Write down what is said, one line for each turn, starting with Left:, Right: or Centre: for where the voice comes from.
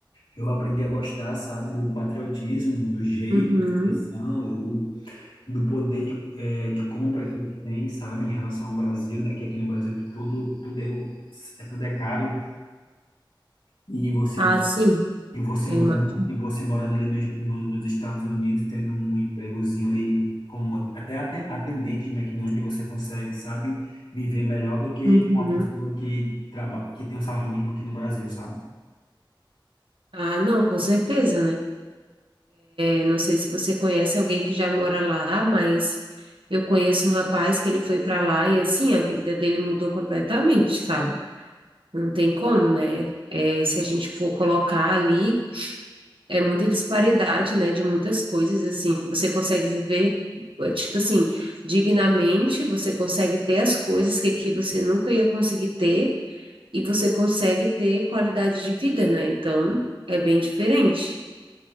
Left: eu aprendi a gostar, sabe, do patriotismo, do jeito,
Right: Uhum.
Left: missão, do poder de, eh, de compra que eles têm, sabe, em relação ao Brasil, né? Que aqui no Brasil tu- tudo tudo é, o- é tudo é caro e você
Right: Ah, sim,
Left: e você
Right: eu
Left: morando
Right: imagino.
Left: e você morando ali nos no- nos Estados Unidos, tendo um empregozinho ali como até aten- atendente de McDonald's, você consegue, sabe, viver melhor do que
Right: Uhum.
Left: uma pessoa que trabalha que tem um salário mínimo aqui no Brasil, sabe?
Right: Ah, não, com certeza, né? Eu não sei se você conhece alguém que já mora lá, mas eu conheço um rapaz que ele foi para lá e assim a vida dele mudou completamente, sabe? Não tem como, né? É, se a gente for colocar ali, é muita disparidade, né? De muitas coisas, assim, você consegue viver, é, tipo assim, dignamente, você consegue ter as coisas que aqui você nunca ia conseguir ter e você consegue ter qualidade de vida, né? Então, é bem diferente.